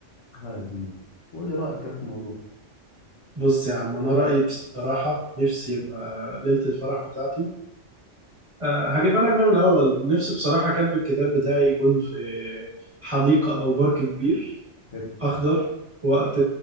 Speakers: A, on the left (about 70°); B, on the right (about 25°).
A: تخيل يا زميلي وقول لي رايك كده في الموضوع
B: بص يا عم انا رأيي بصراحة نفسي يبقى ليلة الفرح بتاعتي أه هجيبها لك بقى من الاول نفسي بصراحة كاتب الكتاب بتاعي يكون في حديقة او بارك كبير
A: حلو
B: أخضر وقت